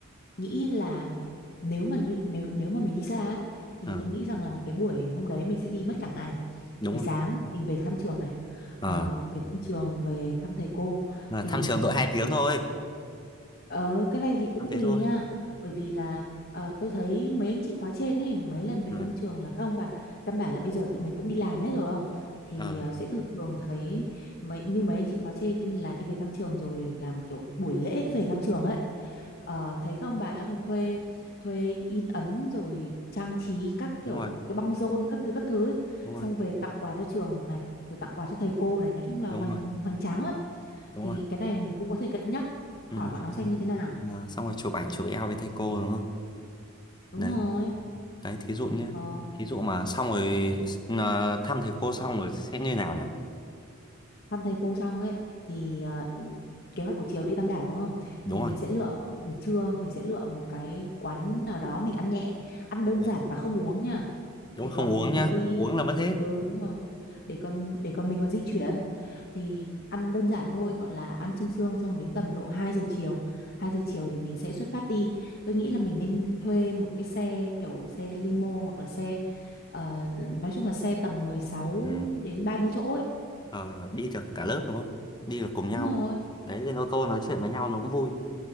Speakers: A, on the left; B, on the left.
A: nghĩ là nếu mà như, nếu nếu mà mình đi xa á, thì
B: Ờ.
A: tôi nghĩ rằng là cái buổi hôm đấy mình sẽ đi mất cả ngày.
B: đúng
A: Buổi
B: rồi
A: sáng mình về thăm trường này, ờ,
B: ờ
A: về thăm trường, về thăm thầy cô
B: à,
A: thì
B: thăm trường đội 2 tiếng thôi
A: Ờ, cái này thì cũng
B: thăm thế
A: tùy
B: thôi
A: nha bởi vì là ờ, tôi thấy mấy anh chị khóa trên ấy mấy lần về
B: ờ
A: thăm trường là các ông bà căn bản là bây giờ tụi mình cũng đi làm hết rồi không thì
B: ờ
A: ờ, sẽ thường thường thấy mấy như mấy anh chị khóa trên là đi về thăm trường rồi làm kiểu buổi lễ về thăm trường ấy Ờ, thấy các ông bà còn thuê thuê in ấn rồi trang trí các kiểu
B: đúng rồi
A: cái băng rôn các thứ các thứ ấy.
B: đúng
A: Xong
B: rồi
A: về tặng quà cho trường này rồi tặng quà cho thầy cô này nói chung là
B: đúng
A: hoành
B: rồi
A: hoành tráng lắm
B: đúng
A: thì
B: rồi
A: cái này mình cũng có thể cân nhắc hỏi
B: ừ.
A: bọn
B: thế
A: nó xem
B: rồi.
A: như thế nào
B: Ờ, xong rồi chụp ảnh chụp eo với thầy cô đúng không
A: Đúng
B: đấy
A: rồi.
B: đấy thí dụ nhé
A: Ờ,
B: thí dụ mà xong rồi ờ, thăm thầy cô xong rồi sẽ như nào nhỉ
A: thăm thầy cô xong ấy thì ờ, kế hoạch buổi chiều đi Tam Đảo đúng không?
B: đúng
A: Thì
B: rồi
A: mình sẽ lựa buổi trưa mình sẽ lựa một cái quán nào đó mình ăn nhẹ, ăn đơn
B: Dạ.
A: giản và không uống nha.
B: đúng
A: Để
B: rồi,
A: còn
B: không uống
A: mình
B: nhá
A: còn đi
B: uống là mất hết
A: Ừ đúng rồi. Để còn để còn mình còn di chuyển thì ăn đơn giản thôi, gọi là ăn sương sương xong đến tầm độ 2 giờ chiều. hai giờ chiều thì mình sẽ xuất phát đi. Tôi nghĩ là mình nên thuê một cái xe kiểu xe limo hoặc là xe ờ, nói chung là xe tầm mười sáu
B: ừ.
A: đến ba mươi chỗ ấy
B: Ờ, đi được cả lớp đúng không đi được cùng nhau
A: Đúng rồi.
B: đấy lên ô tô nói chuyện với nhau nó cũng vui